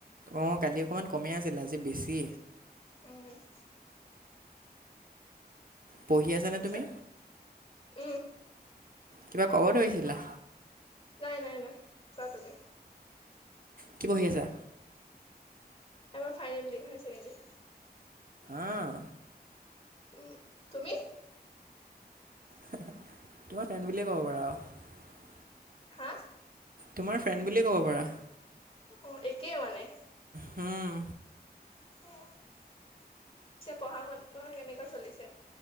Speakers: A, on the right; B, on the left.
A: অ' কালি অকমান কমি আছিল, আজি অকমান বেছি।
B: অহ'
A: পঢ়ি আছানে
B: পিছে
A: তুমি?
B: উম
A: কিবা ক'ব ধৰিছিলা?
B: নাই নাই নাই কোৱা তুমি?
A: কি পঢ়ি আছা?
B: এইবাৰ ফাইনেল দিম হাই ছেকেণ্ডেৰি।
A: আহ
B: উম, তুমি?
A: তোমাৰ ফ্ৰেণ্ড বুলিয়ে ক'ব পাৰা আৰু
B: হা?
A: তোমাৰ ফ্ৰেণ্ড বুলিয়ে ক'ব পাৰা।
B: অ' একেই মানে।
A: হ'ম।
B: অ' পিছে পঢ়া শুনা কেনেকুৱা চলিছে?